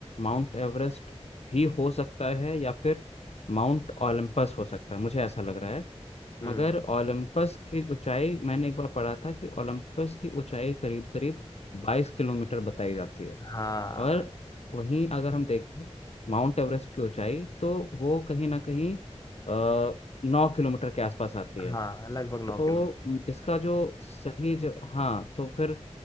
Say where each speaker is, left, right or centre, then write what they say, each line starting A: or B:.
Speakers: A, on the left; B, on the left.
A: माउंट एवरेस्ट भी हो सकता है या फिर माउंट ओलंपस हो सकता है मुझे ऐसा लग रहा है
B: हम्म,
A: मगर ओलंपस की ऊंचाई मैंने एक बार पढ़ा था कि ओलंपस की ऊंचाई करीब करीब बाईस किलोमीटर बताई जाती है
B: हाँ
A: और वहीं अगर हम देखें माउंट एवरेस्ट की ऊंचाई तो वो कहीं ना कहीं आ, नौ किलोमीटर के आसपास आती है
B: हाँ लगभग
A: तो
B: नौ किलोमीटर
A: इसका जो सही ज... हाँ तो फिर